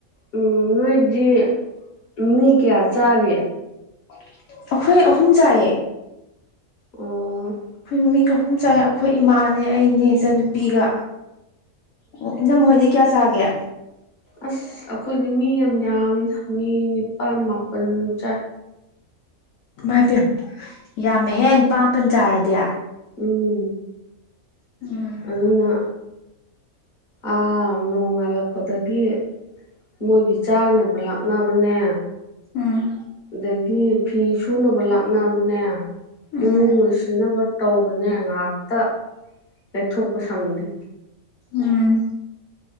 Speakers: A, on the left; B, on the left.
A: ꯎꯝ ꯅꯣꯏꯗꯤ ꯃꯤ ꯀꯌꯥ ꯆꯥꯔꯤ
B: <inaudible> ꯑꯩꯈꯣꯏ ꯑꯍꯨꯝ ꯆꯥꯏꯌꯦ
A: ꯑꯣ
B: ꯑꯩꯈꯣꯏ ꯃꯤ ꯑꯍꯨꯝ ꯆꯥꯏ ꯑꯩꯈꯣꯏ ꯏꯃꯥꯅꯦ ꯑꯩꯅꯦ ꯏꯆꯟꯅꯨꯄꯤꯒ ꯑꯣ ꯏꯅꯝꯃ ꯍꯣꯏꯗꯤ ꯀꯌꯥ ꯆꯥꯒꯦ
A: ꯑꯁ ꯑꯩꯈꯣꯏꯗꯤ ꯃꯤ ꯌꯥꯝ ꯌꯥꯝꯃꯤꯗ ꯃꯤ ꯅꯤꯄꯥꯜ ꯃꯥꯄꯜꯃꯨꯛ ꯆꯥꯏ
B: ꯏꯃꯥꯏꯄꯦꯝ ꯌꯥꯝꯃꯦ ꯍꯦ ꯅꯤꯄꯥꯟ ꯃꯥꯄꯟ ꯆꯥꯔꯗꯤ
A: ꯎꯝ
B: ꯎꯝ
A: ꯑꯗꯨꯅ ꯑꯥ ꯅꯣꯡꯉꯥꯜꯂꯛꯄꯗꯒꯤ ꯃꯣꯏꯒꯤ ꯆꯥꯅꯕ ꯂꯥꯛꯅꯕꯅꯦ
B: ꯎꯝ
A: ꯑꯗꯒꯤ ꯐꯤ ꯁꯨꯅꯕ ꯂꯥꯛꯅꯕꯅꯦ
B: ꯎꯝ
A: ꯏꯃꯨꯡ ꯂꯣꯏꯁꯤꯟꯅꯕ ꯇꯧꯕꯅꯦ ꯉꯥꯛꯇ ꯂꯩꯊꯣꯛꯄ ꯁꯪꯗꯦ
B: ꯎꯝ